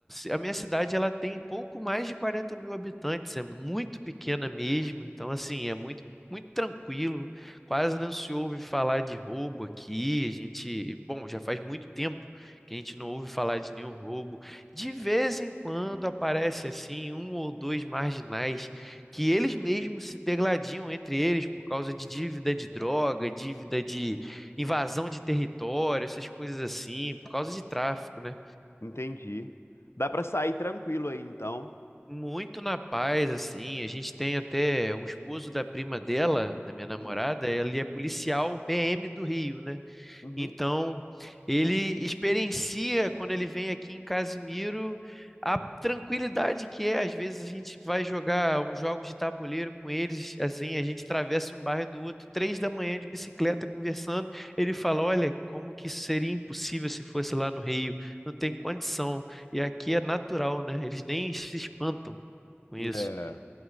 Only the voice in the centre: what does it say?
a minha cidade ela tem pouco mais de 40 mil habitantes, é muito pequena mesmo, então assim, é muito, muito tranquilo, quase não se ouve falar de roubo aqui. A gente, bom, já faz muito tempo que a gente não ouve falar de nenhum roubo. De vez em quando aparece assim um ou dois marginais que eles mesmos se degladiam entre eles por causa de dívida de droga, dívida de invasão de território, essas coisas assim, por causa de tráfico, né?
muito na paz, assim. A gente tem até o esposo da prima dela, da minha namorada,
ele é policial PM do Rio, né?
Então, ele experiencia, quando ele vem aqui em Casimiro, a tranquilidade que é. Às vezes a gente vai jogar uns jogos de tabuleiro com eles, assim, a gente atravessa um bairro do outro, três da manhã de bicicleta conversando. Ele fala: Olha, como que isso seria impossível se fosse lá no Rio? Não tem condição. E aqui é natural, né? Eles nem se espantam com isso.